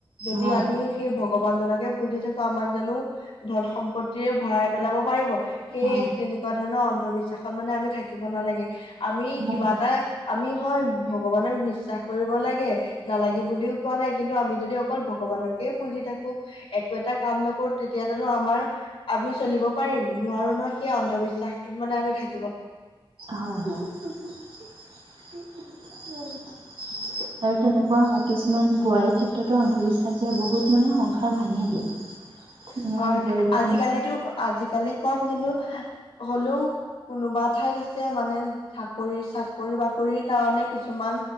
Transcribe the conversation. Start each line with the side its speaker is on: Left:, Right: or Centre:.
Left: যদি
Right: হয়,
Left: আমি সেই ভ ভগৱান জনকে পুজি থাকো, আমাক জানো ধন সম্পত্তিৰে ভৰাই পেলাব পাৰিব। সেইয়ে
Right: হয়,
Left: তেনেকুৱা ধৰণৰ অন্ধবিশ্বাসত মানে আমি থাকিব নালাগে। আমি
Right: হয়।
Left: কিবা এটা আমি হয় ভগৱানক বিশ্বাস কৰিব লাগে, নালাগে বুলিও কোৱা নাই। কিন্তু আমি যদি অকল ভগ ভগৱানকে পুজি থাকো, একো এটা কাম নকৰো, তেতিয়া জানো আমাৰ আমি চলিব পাৰিম। নোৱাৰো নহয়। সেই অন্ধবিশ্বাসত মানে আমি থাক
Right: হয় হয়। আৰু তেনেকুৱা হয়। কিছুমান বোৱাৰীৰ ক্ষেত্ৰতো অন্ধবিশ্বাসে বহুত মানে সংসাৰ ভাঙি দিয়ে।
Left: <inaudible>
Right: তোমাৰ
Left: হয়।
Right: বোৱাৰীজনী
Left: আজিকালিতো, আজিকালি কম কিন্তু হ'লেও কোনোবা ঠাইত আছে, মানে চাকৰি-চাকৰি-বাকৰিৰ কাৰণে কিছুমান